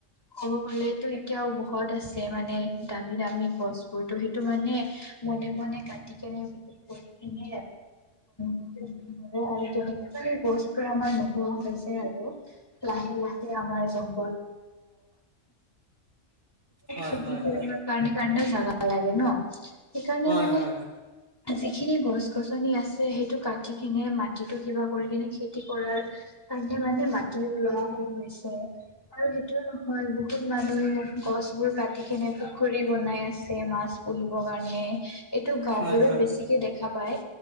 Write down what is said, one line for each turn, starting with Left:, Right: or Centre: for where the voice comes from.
Left: ক'ব গলেতো এতিয়াও বহুত আছে মানে দামী দামী গছ বোৰতো সেই তটো মানে মনে মনে কাট- নে বিক্ৰী কৰি কিনেম বিক্ৰী কৰে আৰু তেনেক বস্তু আমাৰ নোহোৱা হৈছে আৰু লাহে লাহে আমাৰ জ <unintelligible>
Right: হয়
Left: সিদ্ধ
Right: হয় হয় হয়
Left: কাৰণে
Right: হয়
Left: ক জাগা লাগে ন সেইকাৰণে
Right: হয়
Left: মানে। যিখিনি গছ গছনি আছে সেইটো কাটি কিনে মাটিিতো কিবা কৰি কিনে খেতি কৰাৰ- মানে মাটি ওলোৱা মন গৈছে। আৰু সেইটো নহয় বহুত মানুহে গছ বোৰ কাটি কেনে পুখুৰী বনাই আছে মাছ। পঢ়িবৰ কাৰণে এইটো গাওবোৰত
Right: হয়
Left: বেছিকে দেখা পায়।